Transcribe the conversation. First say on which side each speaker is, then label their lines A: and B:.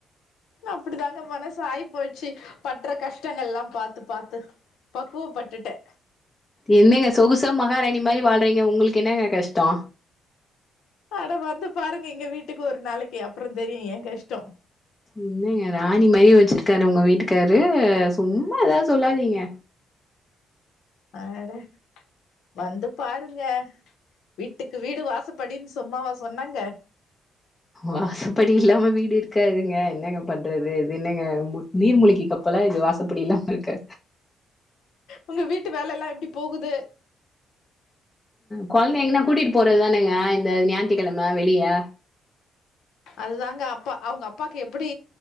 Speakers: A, on the left; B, on the left.
A: அப்டித்தாங்க மனசு ஆய் போச்சி பட்டுற கஷ் ங்கள் எல்லாம் பாத்து பாத்து பக்குவப்பட்டுட்டே
B: என்னங்க சொகுசா மகாராணி மாதிரி வாழ்றீங்க உங்களுக்கு என்னங்க கஷ்டோ
A: அட வந்து பாருங் எங்க வீட்டுக்கு ஒரு நாளைக்கு அப்பறோ தெரியு ஏ கஷ்டோ
B: என்னங்க ராணி மாரி வச்சிருக்காரு உங்க வீட்டுக்காரு சும்மா அதாவது சொல்லாதீங்க
A: ஆட வந்து பாருங்க வீட்டுக்கு வீடு வாசப்படின்னு சும்மாவா சொன்னாங்க
B: வாசப்படி இல்லாம வீடு இருக்காதுங்க என்னங்க பண்றது இது என்னங்க நீர்மூழிக்க கப்பல்லா இது வாசப்படி இல்லாம இருக்க
A: உங்க வீட்டு வேல எல்லாம் எப்டி போகுது
B: கொழந்தை எங்கன்னா கூட்டிட்டு போறதுதானுங்க இந்த ஞாயிற்றுக்கெழம வெளியே
A: அதுதாங்க அப்பா அவுங்க அப்பாக்கு எப்டி